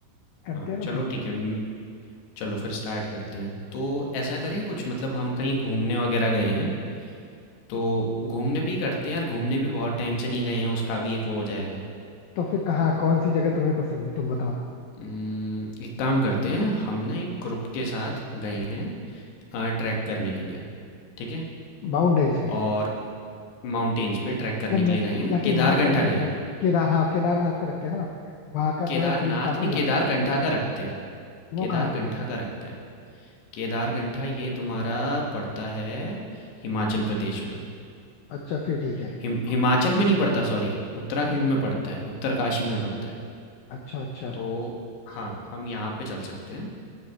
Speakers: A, on the left; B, on the left.
A: करते
B: हाँ,
A: हैं ना
B: चलो
A: फिर
B: ठीक है, उम, चलो फिर स्टार्ट करते हैं। तो ऐसा
A: ठीक
B: करें
A: है
B: कुछ मतलब हम कहीं घूमने वगैरह गए हैं? तो घूमने पे ही करते हैं यार घूमने भी बहुत टाइम से नहीं गए हैं उसका भी एक वो हो जाएगा
A: तो फिर कहाँ कौन सी जगह तुम्हें पसंद है तुम बताओ
B: उम्म, एक काम करते हैं हम ना एक ग्रुप के साथ गए हैं ट्रैक करने के लिए ठीक है
A: माउंटेन्स पे
B: और माउंटेन्स पे ट्रैक करने
A: या मैं
B: के लिए गए हैं
A: या
B: केदारकंठा
A: फिर वहां का रखे
B: गए
A: क्या
B: हैं
A: केदार हाँ केदारनाथ का रखते हैं ना वहां का
B: केदारनाथ
A: थोड़ा ट्रिप काफी
B: नहीं
A: लंबा
B: केदारकंठा का रखते हैं
A: वो
B: केदारकंठा
A: कहाँ पे है
B: का रखते हैं केदारकंठा ये तुम्हारा पड़ता है हिमाचल प्रदेश में
A: अच्छा फिर ठीक है
B: हिम, हिमाचल
A: ओके
B: में नहीं पड़ता सॉरी उत्तराखंड में पड़ता है उत्तरकाशी में पड़ता है
A: अच्छा अच्छा
B: तो हाँ हम यहाँ पे चल सकते हैं